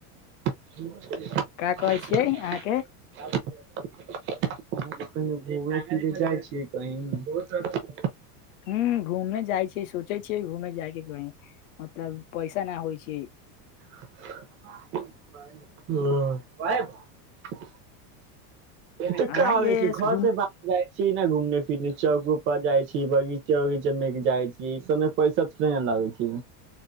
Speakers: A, on the right; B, on the left.
A: <unintelligible> <unintelligible>
B: का कहै छियै
A: घु
B: अहाँके
A: फिर जाइ छियै कह बहुत
B: हू घूम जाइ छी सोचे छियै घूमे जाय केँ कही मतलब पैसा ना होइ छै
A: <unintelligible> <unintelligible> जाय
B: अहाँके घूम
A: छी न घूम फिरे चौकोप जाय छी बगीचा उगीचा मे जाय छी ई सब मे पैसा थोड़े न लागे छै